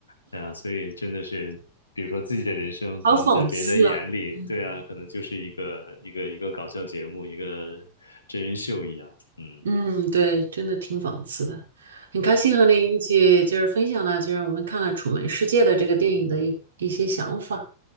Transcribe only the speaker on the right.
好讽刺啊！
嗯
嗯，对，真的挺讽刺的。很开心和你一起就是分享了，就是我们看了《楚门世界》的这个电影的一一些想法。